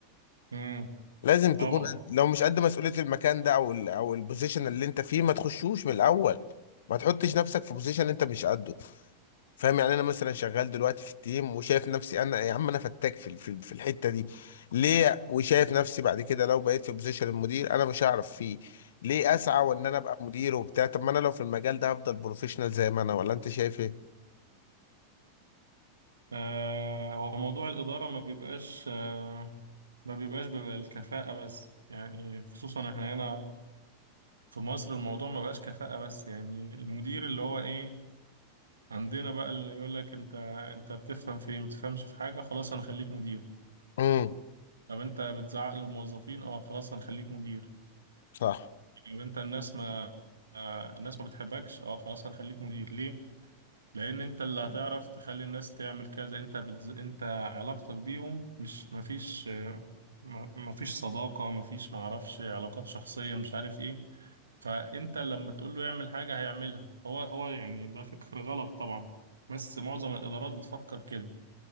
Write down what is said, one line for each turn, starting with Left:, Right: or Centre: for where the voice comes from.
Right: امم
Left: لازم تكون
Right: طبعا
Left: قد... لو مش قد مسؤوليه المكان ده او ال... او البوزيشن اللي انت فيه ما تخشوش من الاول ما تحطش نفسك في بوزيشن انت مش قده فاهم يعني انا مثلا شغال دلوقتي في التيم وشايف نفسي انا يا عم انا فتاك في في في الحته دي ليه وشايف نفسي بعد كده لو بقيت في بوزيشن المدير انا مش هعرف فيه ليه اسعى وان انا ابقى مدير وبتاع طب ما انا لو في المجال ده هفضل بروفيشنال زي ما انا ولا انت شايف ايه
Right: آه، هو موضوع الإدارة ما بيبقاش آه، ما بيبقاش بيبقى الكفاءة بس يعني خصوصا احنا هنا في مصر الموضوع ما بقاش كفاءة بس يعني المدير اللي هو ايه عندنا بقى اللي يقول لك انت انت بتفهم في ايه ما بتفهمش في حاجة خلاص هنخليك مدير
Left: امم
Right: طب انت بتزعق للموظفين اه خلاص هنخليك مدير
Left: صح
Right: طب انت الناس ما آه، الناس ما بتحبكش اه خلاص هنخليك مدير ليه لان انت اللي هتعرف تخلي الناس تعمل كذا انت بتز... انت علاقتك بيهم مش مفيش آه، م- مفيش صداقة مفيش معرفش علاقات شخصية مش عارف ايه فانت لما تقول له يعمل حاجة هيعملها هو هو يعني ده فكر غلط طبعا بس معظم الادارات بتفكر كده